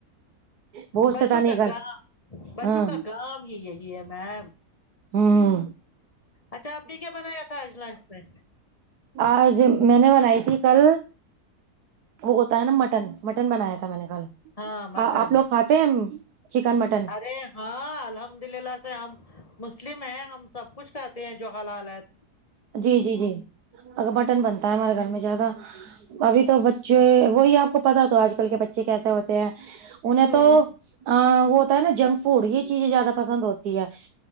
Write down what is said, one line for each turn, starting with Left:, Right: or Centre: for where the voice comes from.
Right: بہت
Left: بچوں
Right: شیطانی
Left: کا
Right: کرتے
Left: کام بچوں
Right: ہاں
Left: کا کام ہی یہی ہے میں
Right: ہوں
Left: اچھا آپ نے کیا بنایا تھا آج لنچ میں
Right: آج میں نے بنائی تھی کل وہ ہوتا ہے نا مٹن مٹن بنایا تھا میں نے کل
Left: ہاں مٹن
Right: آپ لوگ کھاتے ہیں چکن مٹن
Left: ارے ہاں الحمد للہ سے ہم مسلم ہیں ہم سب کچھ کہتے ہیں جو حل حالت
Right: جی جی جی اگر بٹن بنتا ہے ہمارے گھر میں زیادہ ابھی تو بچے وہی اپ کو پتا تو اج کل کے بچے کیسے ہوتے ہیں انہیں
Left: ہوں،
Right: تو ا وہ ہوتا ہے نا جنک فوڈ یہ چیزیں زیادہ پسند ہوتی ہیں